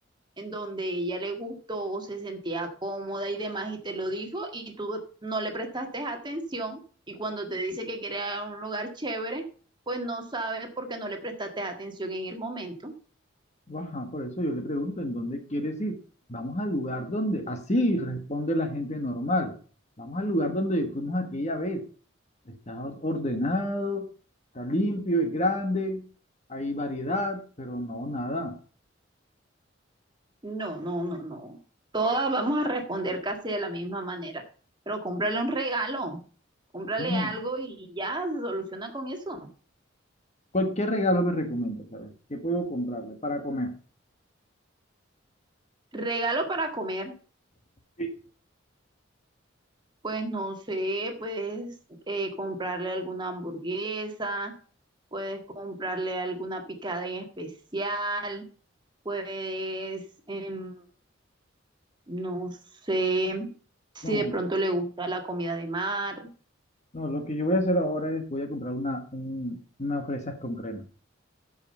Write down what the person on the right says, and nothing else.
en donde ella le gustó, se sentía cómoda y demás, y te lo dijo, y tú no le prestaste atención, y cuando te dice que quiere ir a un lugar chévere, pues no sabes porque no le prestaste atención en el momento.
No, no, no, no. Todas vamos a responder casi de la misma manera, pero cómprale un regalo, cómprale
algo y ya se soluciona con eso.
Regalo para comer,
pues no sé, puedes eh, comprarle alguna hamburguesa, puedes comprarle alguna picada en especial, puedes, em, no sé, si
de pronto le gusta la comida de mar.